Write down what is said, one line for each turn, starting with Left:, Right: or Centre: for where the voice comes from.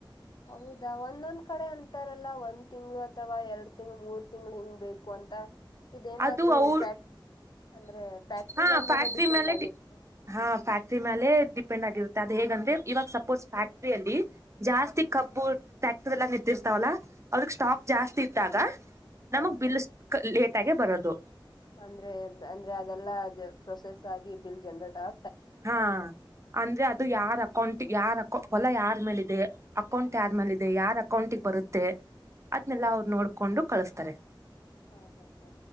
Left: ಹೌದಾ ಒಂದೊಂದ್ ಕಡೆ ಅಂತಾರಲ್ಲ ಒಂದ್ ತಿಂಗಳು ಅಥವಾ ಎರಡ್ ತಿಂಗಳು ಮೂರ್ ತಿಂಗಳು ಹಿಂಗ್ ಬೇಕು ಅಂತ ಇದೇನಾದ್ರೂ
Right: ಅದು ಅವ್ರ
Left: ಪ್ಯಾಕ್ ಅಂದ್ರೆ ಫ್ಯಾಕ್ಟ್ರಿಗಳ
Right: ಹಾ ಫ್ಯಾಕ್ಟ್ರಿ
Left: ಮೇಲೆ ಡಿಪೆಂಡ್ ಆಗಿರುತ್ತಾ
Right: ಹಾ ಫ್ಯಾಕ್ಟ್ರಿ ಮೇಾಲೆ ಡಿಪೆಂಡ್ ಆಗಿರುತ್ತೆ ಅದು ಹೇಗಂದ್ರೆ ಇವಾಗ ಸಪೋಸ್ ಫ್ಯಾಕ್ಟ್ರಿ ಅಲ್ಲಿ ಜಾಸ್ತಿ ಕಬ್ಬು ಫ್ಯಾಕ್ಟ್ರ ಎಲ್ಲ ನಿಂತಿರ್ತಾವಲ್ಲಾ ಅವ್ರಗ್ ಸ್ಟಾಕ್ ಜಾಸ್ತಿ ಇದ್ದಾಗ ನಮಗ್
Left: ಹಾ ಹಾ
Right: ಬಿಲ್ ಲೇಟ್ ಆಗೆ ಬರೋದು
Left: ಅಂದ್ರೆ ಅಂದ್ರೆ ಅದೆಲ್ಲಾ ಪ್ರೊಸೆಸ್ ಆಗಿ ಬಿಲ್ ಜನ್ರೇಟ್ ಆ
Right: ಹಾ ಅಂದ್ರೆ ಅದು ಯಾರ
Left: ಹ್ಮ್
Right: ಅಕೌಂಟ್ ಯಾರ್ ಅಕೌ ಹೊಲ ಯಾರ ಮೇಲೇ ಇದೆ ಅಕೌಂಟ್ ಯಾರ
Left: ಹಾ
Right: ಮೇಲೇ ಇದೆ ಯಾರ್ ಅಕೌಂಟಿಗೆ ಬರುತ್ತೆ ಅದ್ನೆಲ್ಲ
Left: ಹಾ
Right: ಅವ್ರು
Left: ಹಾ
Right: ನೋಡ್ಕೊಂಡು ಕಳಸ್ತಾರೆ
Left: ಹಾ ಹಾ ಹಾ